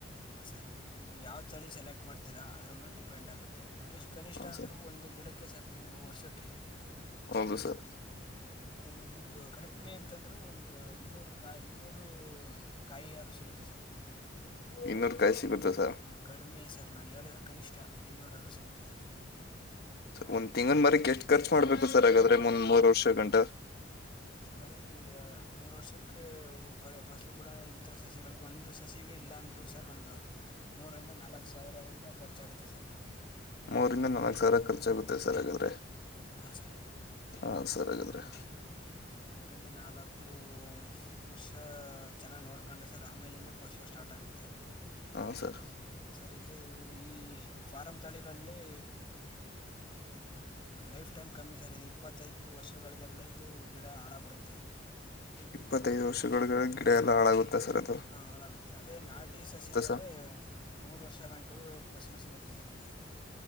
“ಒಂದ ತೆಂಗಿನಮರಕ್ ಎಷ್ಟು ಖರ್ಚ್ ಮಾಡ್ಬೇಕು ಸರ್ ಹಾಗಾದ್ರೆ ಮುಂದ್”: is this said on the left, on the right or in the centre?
Left